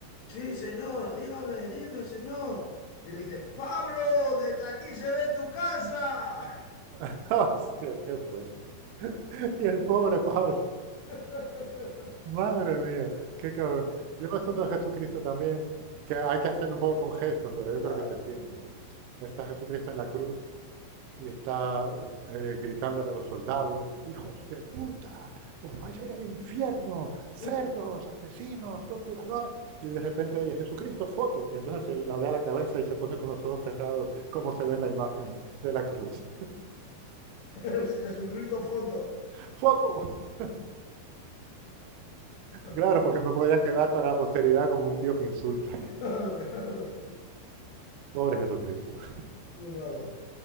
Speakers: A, on the left; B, on the right.
A: Sí, señor, dígame, dime, señor. Y le dice, Pablo, desde aquí se ve tu casa.
B: <laughs> Hostia, qué fuerte. <laughs> Y el pobre Pablo.
A: <laughs>
B: Madre mía, qué cabrón. Yo me estoy a Jesucristo también, que hay que hacerlo un poco con gestos, pero
A: Claro.
B: yo creo que se entiende. Está Jesucristo en la cruz y está eh, gritándole a los soldados, hijos de puta, os vais a ir al infierno, cerdos,
A: <laughs>
B: asesinos, torturadores. Y de repente, oye, Jesucristo, foto. Y entonces él la da la cabeza y se pone con los ojos cerrados, como se ve en la imagen de la cruz.
A: Es Jesucristo foto.
B: ¡Foto! <laughs>
A: Claro,
B: Claro, porque no podía quedar para la posteridad como un tío que insulta.
A: claro.
B: Pobre Jesucristo.
A: Muy malo.